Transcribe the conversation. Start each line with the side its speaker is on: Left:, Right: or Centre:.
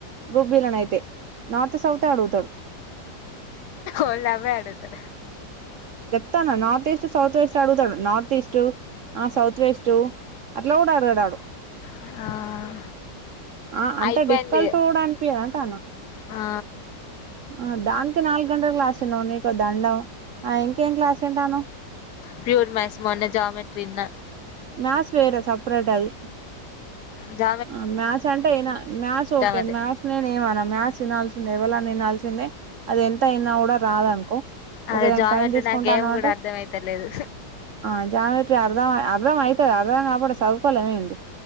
Right: గ్రూప్ బిలనైతే నార్త్ సౌత్ ఏ అడుగుతాడు
Left: వాళ్లు అవే అడుగుతడు
Right: తన్న నార్త్ ఈస్ట్ సౌత్ వెస్ట్ ఏ అడుగుతాడు, నార్త్ ఈస్ట్ ఆ సౌత్ వెస్ట్. అట్లా కూడా అడగడాడు
Left: ఆ
Right: ఆ అంత
Left: అయిపోయింది
Right: డిఫికల్ట్ కూడా అనిపియదు అంటానా
Left: ఆ
Right: ఆ దానికి నాలుగు గంటలు క్లాస విన్నావ్ నీకు ఒక దండం ఆ ఇంకేం క్లాస్ వింటానవ్
Left: ప్యూర్ మ్యాథ్స్ మొన్నే జ్యామెట్రీ విన్నా
Right: మాస్ వేరు సపరేట్ అది
Left: జ
Right: అ మ్యాథ్స్ అంటే ఏనా మ్యాథ్స్ ఓకే
Left: అది
Right: మ్యాథ్స్ నేనేం అన మ్యాథ్స్ వినాల్సింద ఎవలన వినాల్సిందే అది ఎంత ఇన కూడా రాదనుకో
Left: అది
Right: ఒకె దానికి
Left: జామెట్రీ
Right: టైమ్ తీసుకుంటా
Left: నాకేం
Right: అన్నవంటే
Left: కూడా అర్థం అయితలేదు
Right: ఆ జ్యామెట్రీ అర్థం అయ్ అ అర్థం అయితది అర్థం కాకపోతే చదువుకోలేమా ఏంది